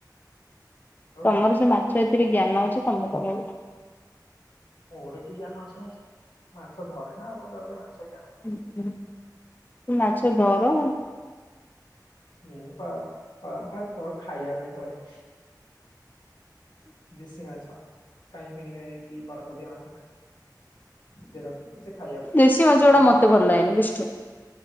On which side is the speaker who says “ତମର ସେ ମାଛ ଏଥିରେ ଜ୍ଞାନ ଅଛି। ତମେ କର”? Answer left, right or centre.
Left